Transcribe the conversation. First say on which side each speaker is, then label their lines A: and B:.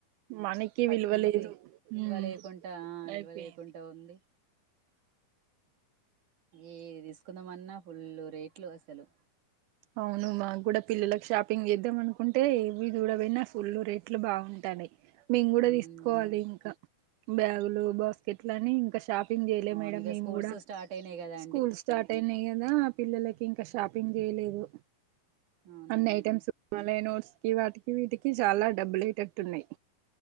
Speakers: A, on the right; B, on the right.
A: మనకి
B: పట్నే
A: విలువలేదు
B: ఇది విల్వ
A: ఉమ్
B: లేకుంట ఆ
A: అయిపోయింది
B: విల్వ లేకుంట ఉంది ఏ దీస్కుందామన్నా ఫుల్లు రేట్లు అసలు
A: అవును మా గ్గుడ పిల్లలకు షాపింగ్ ఏద్దాం అనుకుంటే ఇవి జూడ బొయినా ఫుల్ రేట్లు బావుంటన్నాయ్ మేమ్ గుడ
B: మ్మ్
A: దీస్కోవాలి ఇంకా బ్యాగులు బాస్కెట్లని ఇంకా షాప్ షాపింగ్ జెయ్ల
B: అవును
A: మేడం
B: ఇక
A: మేమ్
B: స్కూల్స్
A: గూడా
B: స్టార్ట్ అయినాయి కదా
A: స్కూల్ స్టాట్ టైనా గదా పిల్లలకి
B: అండి
A: ఇంకా షాపింగ్ జెయ్లేదు
B: అవునా
A: అన్ని
B: అండి
A: ఐటమ్స్ నోట్స్కి వాటికి వీటికి చాలా డబ్బులైటట్టున్నాయ్